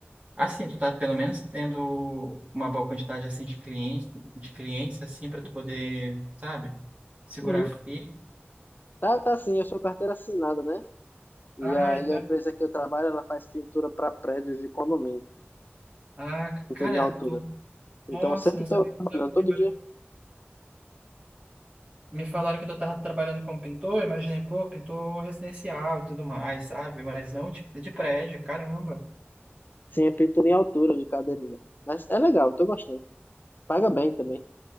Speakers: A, on the right (about 35°); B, on the left (about 50°).
A: Assim, tu tá pelo menos tendo uma boa quantidade, assim, de clientes, de clientes, assim, pra tu poder, sabe, segurar
B: Uhum.
A: firme.
B: Tá, tá sim, eu sou carteira assinada, né? E
A: Ah,
B: a,
A: então...
B: e a empresa que eu trabalho, ela faz pintura pra prédios de condomínio,
A: Ah,
B: pintura
A: cara,
B: em altura.
A: tu...
B: Então
A: Nossa,
B: eu sempre
A: eu não
B: tô
A: sabia
B: trabalhando
A: que tu tava trabalhando.
B: todo dia.
A: Me falaram que tu tava trabalhando como pintor, imaginei, pô, pintor residencial e tudo mais, sabe? Mas não de, de prédio, caramba.
B: Sim, é pintura em altura de cadeirinha. Mas é legal, eu tô gostando. Paga bem também.